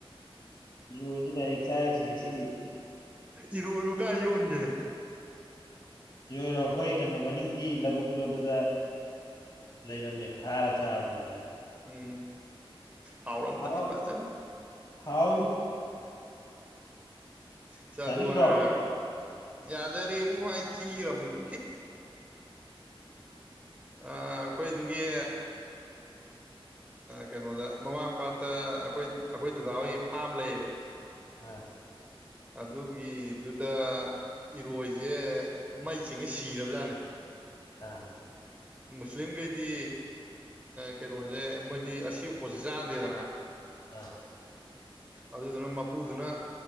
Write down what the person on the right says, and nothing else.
ꯏꯔꯣꯏꯕꯨ ꯀꯥꯏ ꯌꯣꯟꯖꯦ
ꯎꯝ ꯍꯥꯎꯔꯝꯕꯅꯤ
ꯐꯖꯜ
ꯆ
ꯑꯗꯨ ꯍꯥꯏꯔꯒ ꯌꯥꯖꯔꯦ ꯄꯨꯡ ꯍꯏ ꯈꯤꯔꯝꯃꯤ ꯄꯨꯡꯈꯤ ꯑ ꯑꯩꯈꯣꯏꯗꯨꯒꯤ ꯀꯩꯅꯣꯗ ꯃꯃꯥꯡ ꯄꯥꯠꯇ ꯑꯩꯈꯣꯏ ꯑꯩꯈꯣꯏ ꯗꯗꯥꯍꯣꯏ ꯐꯥꯝ ꯂꯩꯌꯦꯕ
ꯑꯗꯨꯒꯤꯗꯨꯗ ꯏꯔꯣꯏꯁꯦ ꯃꯩ ꯆꯤꯡꯉ ꯁꯤꯔꯕꯖꯥꯠꯅꯦ
ꯃꯨꯁꯂꯤꯝꯈꯩꯗꯤ ꯀꯩꯅꯣꯁꯦ ꯃꯣꯏꯗꯤ ꯑꯁꯤꯕ ꯄꯣꯠꯁꯦ ꯆꯥꯟꯗꯦꯗꯅ
ꯑꯗꯨꯗꯨꯅ ꯃꯄꯨꯗꯨꯅ